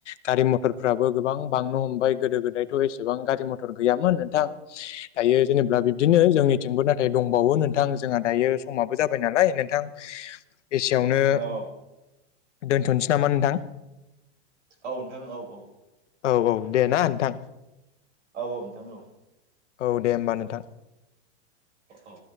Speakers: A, on the left; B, on the right.
A: गारि मथरफ्राबो गोबां बांनो हमबाय गोदो गोदायथ' एसेबां गारि मथर गैयामोन नोंथां दायो जेनेब्ला बिदिनो ओ जोंनिथिंबो नाथाय दंबावो नोंथां जोंहा दायो समाबो जाबाय नालाय नोंथां एसेयावनो
B: औ
A: दोनथ'सै नामा नोंथां?
B: औ नोंथां औ औ।
A: औ औ दे ना नोंथां।
B: औ औ नोंथां औ।
A: औ दे होमबा नोंथां।
B: औ।